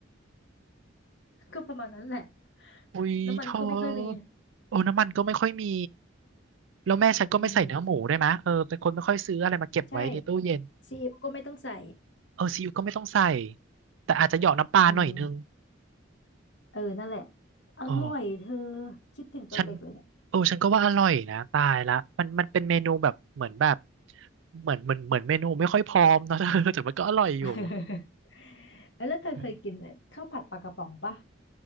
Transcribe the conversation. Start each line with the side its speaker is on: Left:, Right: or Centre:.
Left: ก็ประมาณนั้นแหละ
Right: อุ้ยเธอ
Left: น้ำมันก็ไม่ค่อยมี
Right: โอ้น้ำมันก็ไม่ค่อยมีแล้วแม่ฉันก็ไม่ใส่เนื้อหมูได้วยมะเออเป็นคนไม่ค่อยซื้ออะไรมาเก็บไว้ในตู้เย็น
Left: อืมใช่ซีอิ๊วก็ไม่ต้องใส่
Right: เออซีอิ๊วก็ไม่ต้องใส่แต่อาจจะเหยาะน้ำปลาหน่อยนึง
Left: อืมเออนั่นแหละอร่อยเธอ
Right: เออ
Left: คิดถึงตอนเด็กเลย
Right: ฉันโอ้ฉันก็ว่าอร่อยนะตายละมันมันเป็นเมนูแบบเหมือนแบบเหมือนเหมือนเหมือนเมนูไม่ค่อยพร้อมเนอะ <laughs> เธอแต่มันก็อร่อยอยู่
Left: <laughs> เอ้ยแล้วเธอเคยกินไอ้ข้าวผัดปลากระป๋องปะ
Right: อืม